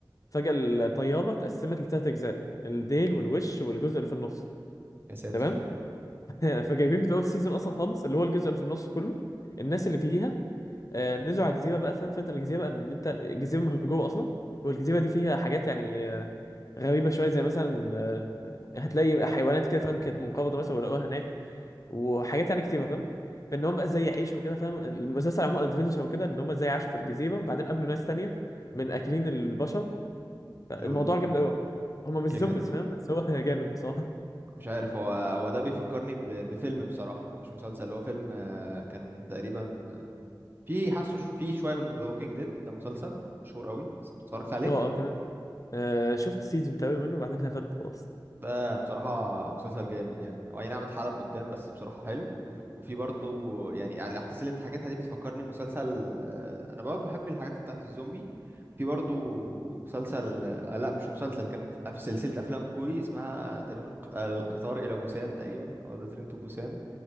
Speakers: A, on the left (about 45°); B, on the right (about 25°).
A: فجاه الطياره اتقسمت لثلاث اجزاء الديل والوش والجزء اللي في النص
B: يا ساتر
A: تمام <laughs> فجايبين في اول سيزون اصلا خالص اللي هو الجزء اللي في النص كله الناس اللي فيها آه، نزلوا على الجزيره بقى فاهم فانت الجزيره بقى ان انت الجزيره مهجوره اصلا والجزيره دي فيها حاجات يعني آه، غريبه شويه زي مثلا آه، هتلاقي حيوانات كده فاهم كانت منقرضه مثلا ولقوها هناك وحاجات يعني كتيره فاهم فان هم بقى ازاي يعيشوا وكده فاهم المسلسل عموما ادفنشر وكده ان هم ازاي عاشوا في الجزيره وبعدين قابلوا ناس تانية من اكلين البشر فالموضوع
B: لول
A: جامد قوي هم مش
B: كيلي
A: زومبيز فاهم بس هو <laughs> جامد بصراحه
B: مش عارف هو هو ده بيفكرني ب... بفيلم بصراحة مش مسلسل اللي هو فيلم آه، كان تقريبا آه، في حاسه ش- في شوية من ذا ووكينج ديد ده مسلسل مشهور قوي اتفرجت عليه
A: هو اه تمام آه، شفت سيزون تقريبا منه وبعدين قفلت خلاص
B: ده بصراحة مسلسل جامد يعني هو اي نعم اتحلب قدام بس بصراحة حلو وفي برضه يعني الأحداث اللي أنت حكيتها دي بتفكرني مسلسل آه، أنا برضه بحب الحاجات بتاعة الزومبي في برضه مسلسل آه، لا مش مسلسل كان في سلسلة أفلام كوري اسمها تقريبا الق- القطار إلى بوسان تقريبا أو ذا ترين تو بوسان